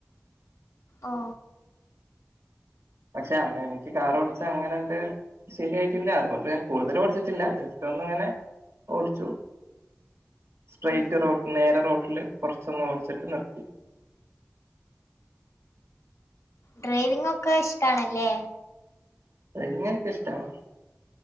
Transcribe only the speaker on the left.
ഓ
ഉം
ഡ്രൈവിങ്ങ് ഒക്കെ ഇഷ്ടണല്ലേ?